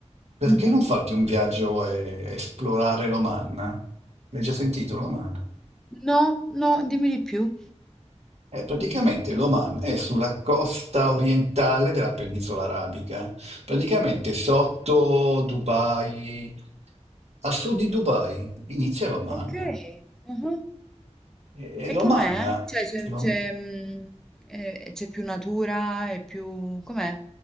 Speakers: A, on the right (about 65°); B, in the centre.
A: perché
B: Mhm.
A: non farti un viaggio e esplorare l'Oman? L'hai già sentito l'Oman?
B: No, no, dimmi di più.
A: Eh, praticamente l'Oman è sulla costa orientale della penisola arabica, praticamente sotto Dubai, a sud di Dubai inizia l'Oman.
B: Ok, mhm.
A: E e
B: E
A: l'Oman,
B: com'è? Cioè, c'è
A: l'Om-
B: c'è, mm, eh, c'è più natura e più... Com'è?